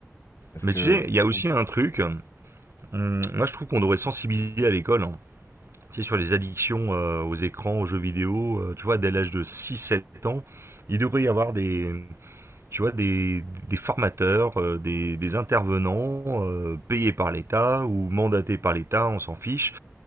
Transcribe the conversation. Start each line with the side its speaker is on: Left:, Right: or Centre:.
Left: parce
Right: Mais
Left: que
Right: tu sais, il y a aussi
Left: oui,
Right: un truc. hmm, moi, je trouve qu'on devrait sensibiliser à l'école. hein. sais, sur les addictions euh, aux écrans, aux jeux vidéo, euh, tu vois, dès l'âge de six sept ans, il devrait y avoir des, tu vois, des, des formateurs, euh, des, des intervenants euh, payés par l'État ou mandatés par l'État, on s'en fiche,